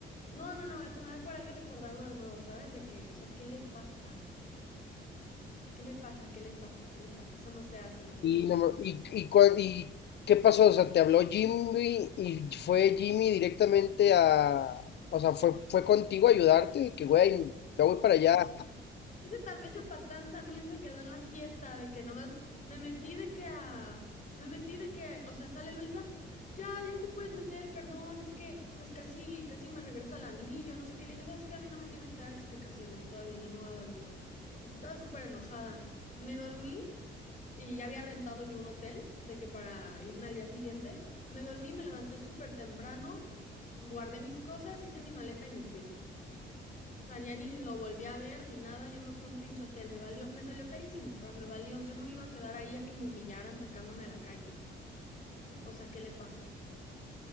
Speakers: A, on the left; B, on the left.
A: No, no, no, hasta me da coraje recordarlo de nuevo, ¿sabes? De que, o sea, ¿qué le pasa? ¿Qué le pasa? ¿Qué le pasa? ¿Qué le pasa? Eso no se hace, no tiene...
B: Y, no ma- y, y, cua- y qué pasó? O sea, te habló Jimmy y fue Jimmy directamente a. O sea, fue, fue contigo a ayudarte, de que güey, ya voy para allá.
A: Ese, tam- ese patán también se quedó en la fiesta de que nomás me metí de que a... Me metí de que, o sea, sale Luisa, ya, ya te puedes meter, perdón, es que pues casi, casi me regresa el anillo, no sé qué, le dije, ¿sabes qué? A mí no me tienes que dar explicaciones, todo bien, ya me voy a dormir. Estaba súper enojada. Me dormí y ya había rentado yo un hotel de que para irme al día siguiente, me dormí, me levanté súper temprano, guardé mis cosas, hice mi maleta y me fui. O sea, ya ni lo volví a ver ni nada, yo me fui a un pinche hotel, me valió, me salió carísimo, pero me valió, yo no me iba a quedar ahí a que me humillaran sacándome a la calle. O sea, ¿qué le pasa?